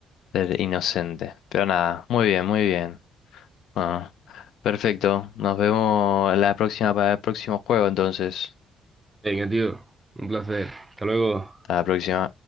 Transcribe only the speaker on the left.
ser inocente. Pero nada, muy bien, muy bien. Ah, perfecto. Nos vemos la próxima para el próximo juego, entonces.
A la próxima.